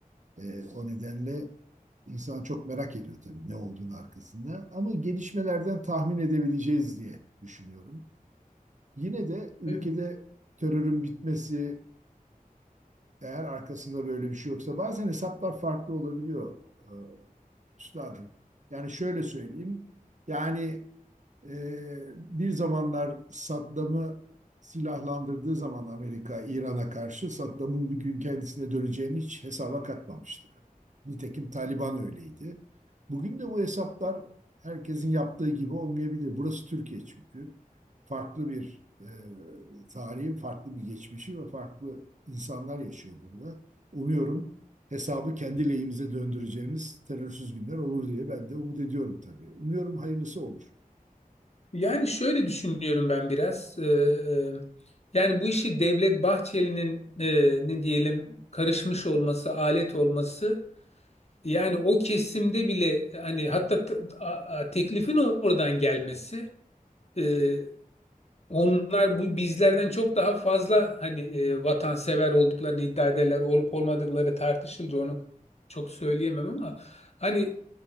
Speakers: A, on the right; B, on the left.
A: Ee, o nedenle insan çok merak ediyor tabii ne olduğunu arkasında. Ama gelişmelerden tahmin edebileceğiz diye düşünüyorum. Yine de ülkede
B: E,
A: terörün bitmesi eğer arkasında böyle bir şey yoksa bazen hesaplar farklı olabiliyor. Ee, üstadım. Yani şöyle söyleyeyim. Yani e, bir zamanlar Saddam'ı silahlandırdığı zaman Amerika İran'a karşı Saddam'ın bir gün kendisine döneceğini hiç hesaba katmamıştı. Nitekim Taliban öyleydi. Bugün de bu hesaplar herkesin yaptığı gibi olmayabilir. Burası Türkiye çünkü. Farklı bir e, tarihin farklı bir geçmişi ve farklı insanlar yaşıyor burada. Umuyorum hesabı kendi lehimize döndüreceğimiz terörsüz günler olur diye ben de umut ediyorum tabii. Umuyorum hayırlısı olur.
B: Yani şöyle düşünüyorum ben biraz. E, e, yani bu işi Devlet Bahçeli'nin e, ne diyelim karışmış olması, alet olması yani o kesimde bile hani hatta t- a- a- teklifin oradan gelmesi e, Onlar bu bizlerden çok daha fazla hani e, vatansever olduklarını iddia ederler. Olup olmadıkları tartışılır. Onu çok söyleyemem ama hani